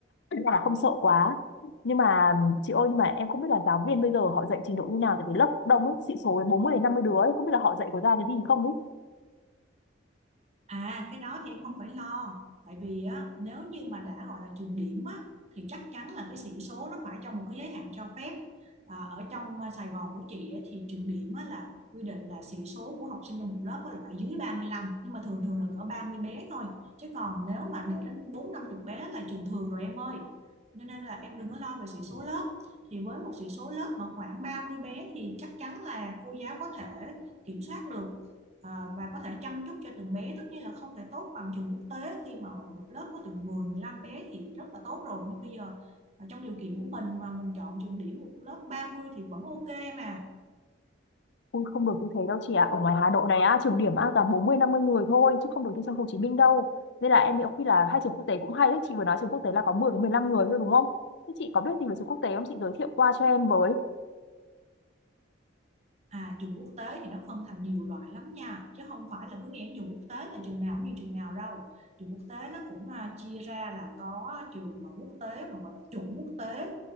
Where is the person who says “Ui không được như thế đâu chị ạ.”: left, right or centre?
Left